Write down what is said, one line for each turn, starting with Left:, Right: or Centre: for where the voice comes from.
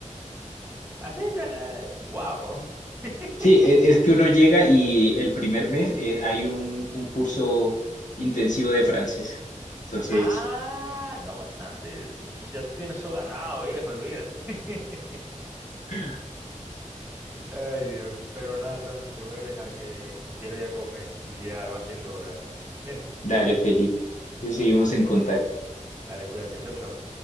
Right: Así está. ¡Wow! <laughs>
Left: Sí, e- es que uno llega y el primer mes eh, hay un, un curso intensivo de francés. Entonces,
Right: Ah, no, Sandy, ya te tienes eso ganado, viejo, olvídate. <laughs>
Left: <laughs>
Right: Ay, Dios. Pero nada, Santi, te voy a dejar que quiero ir a comer y ya va siendo hora. Bien,
Left: dale, feliz. Entonces seguimos en
Right: dale,
Left: contacto.
Right: dale, cuídate, chau, chau.